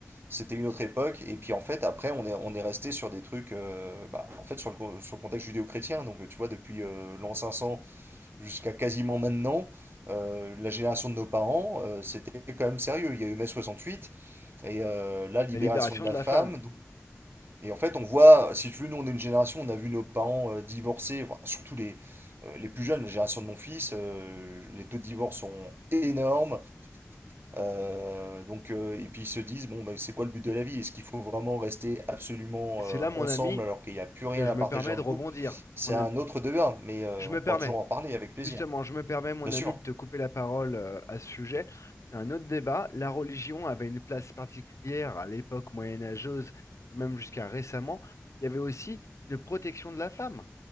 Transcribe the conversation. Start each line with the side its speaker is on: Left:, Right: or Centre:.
Right: c'était une autre époque. Et puis, en fait, après, on est, on est resté sur des trucs, euh, bah, en fait, sur le, con- sur le contexte judéo-chrétien. Donc, tu vois, depuis euh, l'an 500 jusqu'à quasiment maintenant, euh, la génération de nos parents, euh, c'était quand même sérieux. Il y a eu mai 68 et euh, la libération
Left: La libération
Right: de la
Left: de la
Right: femme.
Left: femme.
Right: Donc- Et en fait, on voit, si tu veux, nous, on est une génération, on a vu nos parents euh, divorcer, enfin, surtout les, euh, les plus jeunes, la génération de mon fils, euh, les taux de divorce sont énormes. Euh, donc, euh, et puis ils se disent, bon, bah, c'est quoi le but de la vie? Est-ce qu'il faut vraiment rester absolument
Left: Et c'est
Right: euh,
Left: là, mon
Right: ensemble
Left: ami.
Right: alors qu'il n'y a plus rien
Left: que je
Right: à
Left: me
Right: partager
Left: permets
Right: dans
Left: de
Right: le
Left: rebondir.
Right: couple? C'est
Left: Mon ami,
Right: un autre débat, mais euh,
Left: je me
Right: on pourra
Left: permets,
Right: toujours en parler avec plaisir.
Left: justement, je me permets, mon
Right: Bien
Left: ami,
Right: sûr.
Left: de te couper la parole euh, à ce sujet. C'est un autre débat. La religion avait une place particulière à l'époque moyenâgeuse et même jusqu'à récemment. Il y avait aussi une protection de la femme.